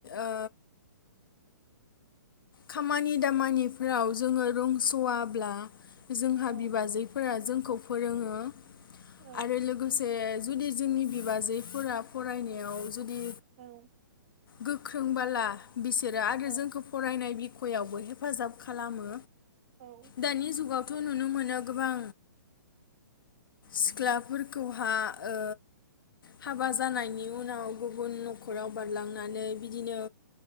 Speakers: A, on the left (about 80°); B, on the right (about 30°).
A: ओ खामानि दामानिफ्राव जोङो रोंस'वाब्ला जोंहा
B: औ
A: बिबाजैफोरा जों फोरोङो
B: औ
A: आरो लोगोसे जुदि जोंनि बिबाजैफोरा फरायनायाव जुदि
B: औ
A: गोख्रों बाला बिसोरो आरो
B: औ
A: जोंखौ फरायनाय बि ख'यावबो हेफाजाब खालामो।
B: औ
A: दानि जुगाव थ' नुनो मोनो गोबां सिख्लाफोरखौहा ओ हाबा जानायनि उनाव गुबुन न'खराव बारलां नानै बिदिनो